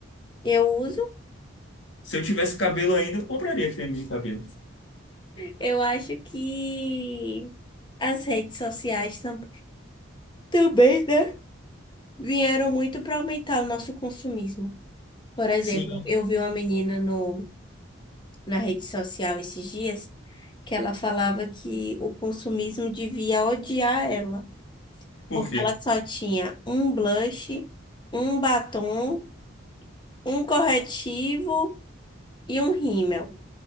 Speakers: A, on the left; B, on the left.
A: Eu uso.
B: Se eu tivesse cabelo ainda, eu compraria creme de cabelo.
A: Eu acho que as redes sociais tam- também, né? Vieram muito para aumentar o nosso consumismo. Por exemplo,
B: Sim,
A: eu vi uma menina no, na rede social esses dias que ela falava que o consumismo devia odiar ela,
B: por
A: porque
B: quê?
A: ela só tinha um blush, um batom, um corretivo e um rímel.